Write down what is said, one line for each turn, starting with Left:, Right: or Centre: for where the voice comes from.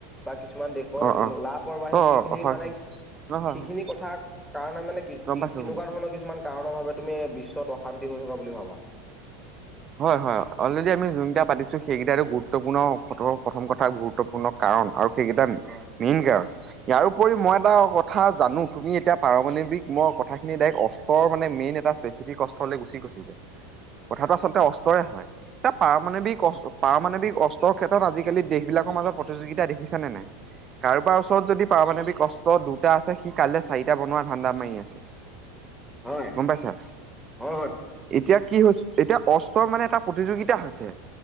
Centre: বা কিছুমান দেশ
Right: অ অ
Centre: লাপৰবাহী সেইখিনি
Right: অ হয়
Centre: মানে
Right: হয় অ হয়
Centre: সেইখিনি
Right: হয়
Centre: কথা কাৰণে মানে কি
Right: গম
Centre: কি
Right: পাইছো
Centre: কেনেকুৱা
Right: গম পাইছো
Centre: ধৰণৰ কিছুমান কাৰণৰ ভাৱে তুমি বিশ্বত অশান্তি হৈ থকা বুলি ভাবা?
Right: হয় হয় অলৰেডি আমি যোনকেইটা পাতিছো সেইকেইটা গুৰুত্বপূৰ্ণ প্ৰথম কথা গুৰুত্বপূৰ্ণ কাৰণ আৰু সেইকেইটা
Centre: হয়
Right: মেইন কাৰণ। ইয়াৰ উপৰিও পৰি মই এটা কথা জানো তুমি এতিয়া পাৰমাণৱিক মই কথাখিনি ডাইৰেক্ট অষ্টৰ মানে মেইন এটা স্পেচিফিক কষ্টলৈ গুচি গৈছোগে কথাটো আচলতে অস্ত্ৰৰে হয়। এ পাৰমাণৱিক পাৰমাণৱিক অস্ত্ৰৰ ক্ষেত্ৰত আজিকালি দেশ বিলাকৰ মাজত প্ৰতিযোগিতা দেখিছে নে নাই? কাৰোবাৰ ওচৰত যদি পাৰমাণৱিক কষ্ট দুটা আছে সি কাইলৈ চাৰিটা বনোৱা ধান্দা মাৰি আছে।
Centre: হয়।
Right: গম পাইছা
Centre: হয় হয়
Right: এতিয়া কি হৈছে এতিয়া অ মানে এটা প্ৰতিযোগিতা হৈছে